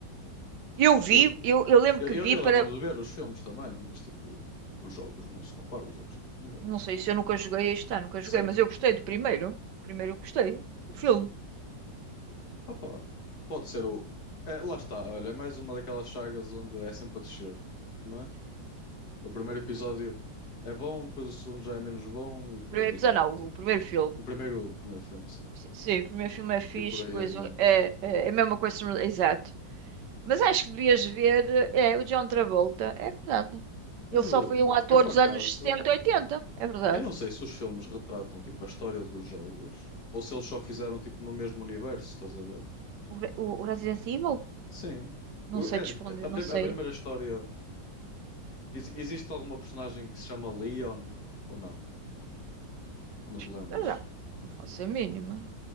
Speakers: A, on the right; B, on the left.
A: Eu vi,
B: Eu,
A: eu, eu lembro
B: eu,
A: que vi
B: eu eu
A: para.
B: lembro-me de ver os filmes também, mas tipo, os jogos não se comparam, os jogos são muito melhores.
A: Não sei se eu nunca joguei este ano, nunca
B: certo?
A: joguei, mas eu gostei do primeiro. primeiro eu gostei. O filme.
B: Opa, pode ser o. É, lá está, olha, é mais uma daquelas sagas onde é sempre a descer, não é? O primeiro episódio é bom, depois o segundo já é menos bom e por
A: primeiro,
B: aí adiante.
A: não, o primeiro filme.
B: O primeiro, o primeiro filme, sim.
A: Sim, o primeiro filme é fixe,
B: E por aí
A: pois
B: adiante.
A: o- é, é é a mesma coisa, exato. Mas acho que devias ver, é, o John Travolta, é verdade.
B: Mas
A: Ele
B: uh,
A: só foi um ator
B: eu, por
A: dos
B: acaso,
A: anos 70 e 80, é verdade.
B: eu não sei se os filmes retratam tipo a história dos jogos ou se eles só fizeram tipo no mesmo universo, estás a ver?
A: O, Re- o, o Resident Evil?
B: Sim.
A: Não
B: O-
A: sei
B: É
A: te
B: de-
A: responder,
B: a, prim-
A: não sei.
B: a primeira história. ex- existe alguma personagem que se chama Leon ou não? Ou não te
A: Espera
B: lembras?
A: lá, não faço a mínima.